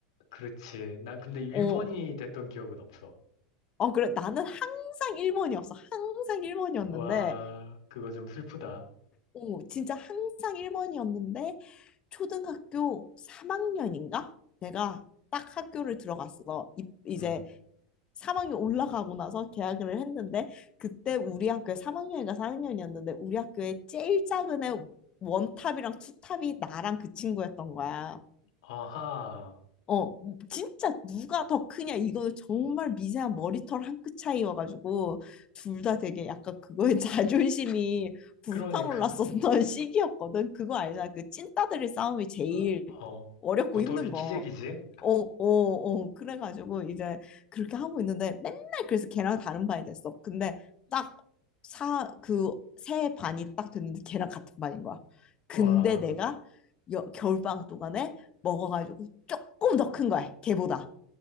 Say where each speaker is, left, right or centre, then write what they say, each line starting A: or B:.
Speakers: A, on the left; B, on the left.
A: 그렇지. 난 근데 1번이
B: 어,
A: 됐던 기억은 없어.
B: 어, 그래. 나는 항상 1번이었어. 항상 1번이었는데,
A: 와, 그거 좀 슬프다.
B: 오, 진짜 항상 1번이었는데 초등학교 3학년인가? 내가 딱 학교를 들어갔어. 이, 이제
A: 응.
B: 3학년 올라가고 나서 개학을 했는데 그때 우리 학교에 3학년인가 4학년이었는데 우리 학교에 제일 작은 애 원탑이랑 투탑이 나랑 그 친구였던 거야.
A: 아하.
B: 어, 진짜 누가 더 크냐, 이거는 정말 미세한 머리털 한 끗 차이여가지고, 둘 다 되게 약간 그거에 <laughs> 자존심이 불타올랐었던
A: 그러니까,
B: 시기였거든. 그거 알잖아. 그 찐따들의 싸움이 제일
A: <laughs> 어,
B: 어렵고
A: 도토리
B: 힘든
A: 키재기지?
B: 거. 어, 어, 어. 그래가지고 이제 그렇게 하고 있는데, 맨날 그래서 걔랑 다른 반이 됐어. 근데 딱 사, 그, 새 반이 딱 됐는데 걔랑 같은 반인 거야. 근데
A: 와,
B: 내가 여, 겨울방학 동안에 먹어가지고 조금 더 큰 거야, 걔보다.